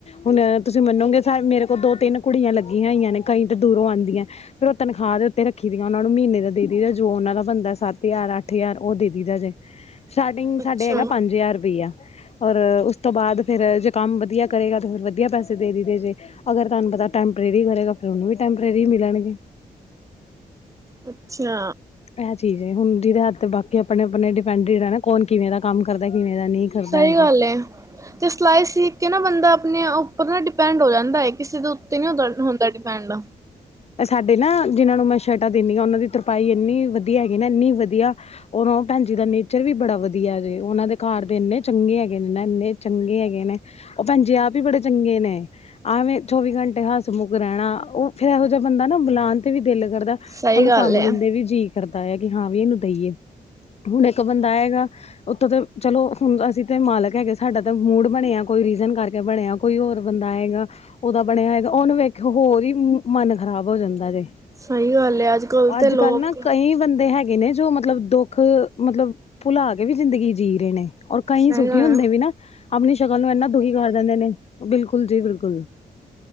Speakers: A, on the left; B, on the right.
A: ਹੁਣ ਤੁਸੀਂ ਮੰਨੋਗੇ ਮੇਰੇ ਕੋਲ ਦੋ ਤਿੰਨ ਕੁੜੀਆਂ ਲੱਗੀਆਂ ਹੋਈਆਂ ਨੇ ਕਈ ਤਾਂ ਦੂਰੋਂ ਆਂਦੀਆਂ। ਫੇਰ ਓ ਤਨਖਾਹ ਦੇ ਉੱਤੇ ਰੱਖੀ ਦੀ ਆ ਉਹਨਾ ਨੂੰ ਮਹੀਨੇ ਦਾ ਦੇ ਦਈ ਦਾ ਜੋ ਓਨਾਂ ਦਾ ਬਣਦਾ ਸੱਤ ਹਜ਼ਾਰ ਅੱਠ ਹਜ਼ਾਰ ਓ ਦੇ ਦਈ ਜਾ ਜੇ। ਸਟਾਰਟਿੰਗ
B: ਅੱਛਾ,
A: ਸਾਡੇ ਹੈਗਾ ਪੰਜ ਹਜ਼ਾਰ ਰਪਈਆਂ ਔਰ ਉਸ ਤੋਂ ਬਾਅਦ ਫੇਰ ਜੇ ਕੰਮ ਵਧੀਆ ਕਰੇਗਾ ਤਾਂ ਫਿਰ ਵਧੀਆ ਪੈਸੇ ਦੇ ਦਈਦੇ ਜੇ ਅਗਰ ਤੁਹਾਨੂੰ ਪਤਾ ਟੈਂਪਰੇਰੀ ਕਰੇਗਾ ਫਿਰ ਉਹਨੂੰ ਵੀ ਟੈਂਪਰੇਰੀ ਮਿਲਣਗੇ।
B: ਅੱਛਾ
A: ਐ ਚੀਜ਼ ਏ ਹੁਣ ਜਿਹਦੇ ਹੱਥ ਬਾਕੀ ਆਪਣੇ-ਆਪਣੇ ਡਿਪੈਂਡਡ ਹੇਨਾ ਕੌਨ ਕਿਵੇਂ ਦਾ ਕੰਮ ਕਰਦਾ ਕਿਵੇਂ ਦਾ ਨਹੀਂ। ਕਰਦਾ
B: ਸਹੀ
A: ਹੈਗਾ
B: ਗੱਲ ਏ, ਤੇ ਸਿਲਾਈ ਸਿੱਖ ਕੇ ਨਾ ਬੰਦਾ ਆਪਣੇ ਉੱਪਰ ਨਾ ਡਿਪੈਂਡ ਹੋ ਜਾਂਦਾ ਏ। ਕਿਸੇ ਦੇ ਉੱਤੇ ਨੀ ਹੁੰਦਾ ਡਿਪੈਂਡ।
A: ਏ ਸਾਡੇ ਨਾ ਜਿਹਨਾਂ ਨੂੰ ਮੈਂ ਸ਼ਰਟਾਂ ਦਿੰਨੀ ਆ ਉਹਨਾਂ ਦੀ ਤਰਪਾਈ ਇੰਨੀ ਵਧੀਆ ਹੈਗੀ ਨਾ ਇੰਨੀ ਵਧੀਆ ਹੋਰ ਓ ਭੈਣ ਜੀ ਦਾ ਨੇਚਰ ਵੀ ਬੜਾ ਵਧੀਆ ਜੇ ਉਹਨਾਂ ਦੇ ਘਰ ਦੇ ਇੰਨੇ ਚੰਗੇ ਹੈਗੇ ਨੇ ਇੰਨੇ ਚੰਗੇ ਹੈਗੇ ਨੇ, ਉਹ ਪੈਂਜੀ ਆਪ ਈ ਬੜੇ ਚੰਗੇ ਨੇ। ਆਵੇਂ ਚੌਵੀ ਘੰਟੇ ਹਸਮੁੱਕ ਰਹਿਣਾ ਉਥੇ ਫੇਰ ਜਾਂ ਬੰਦਾ ਨਾ ਬੁਲਾਣ ਤੇ ਵੀ ਦਿਲ ਕਰਦਾ
B: ਸਹੀ
A: ਉਹਨੂੰ
B: ਗੱਲ
A: ਕੰਮ
B: ਏ।
A: ਦਿੰਦੇ ਵੀ ਜੀਅ ਕਰਦਾ ਆ ਕਿ ਹਾਂ ਵੀ ਇਹਨੂੰ ਦਈਏ। ਹੁਣ ਏਕ ਬੰਦਾ ਆਏਗਾ ਉੱਥੋਂ ਤਾਂ ਚਲੋ ਹੁਣ ਅਸੀਂ ਤੇ ਮਾਲਕ ਹੈਗੇ ਸਾਡਾ ਤਾਂ ਮੂਡ ਬਣਿਆ ਕੋਈ ਰੀਜਨ ਕਰਕੇ ਬਣਿਆ। ਕੋਈ ਹੋਰ ਬੰਦਾ ਆਏਗਾ, ਉਹਦਾ ਬਣਿਆ ਹੋਏਗਾ ਉਹਨੂੰ ਵੇਖਿਓ ਹੋਰ ਹੀ ਮਨ ਖ਼ਰਾਬ ਹੋ ਜਾਂਦਾ ਜੇ।
B: ਸਹੀ ਗੱਲ ਏ ਅੱਜ ਕੱਲ੍ਹ
A: ਅੱਜਕੱਲ੍ਹ
B: ਤੇ ਲੋਕ
A: ਨਾ ਕਈ ਬੰਦੇ ਹੈਗੇ ਨੇ ਜੋ ਮਤ ਮਤਲਬ ਦੁੱਖ, ਮਤਲਬ, ਭੁਲਾ ਕੇ ਵੀ ਜ਼ਿੰਦਗੀ ਜੀ ਰਹੇ ਨੇ। ਔਰ ਕਈ
B: ਸਹੀ
A: ਸੁਖੀ
B: ਗੱਲ
A: ਹੁੰਦੇ ਵੀ ਨਾ, ਆਪਣੀ ਸ਼ਕਲ ਨੂੰ ਇਨਾ ਦੁਖੀ ਕਰ ਦਿੰਦੇ ਨੇ। ਬਿਲਕੁਲ ਜੀ ਬਿਲਕੁਲ।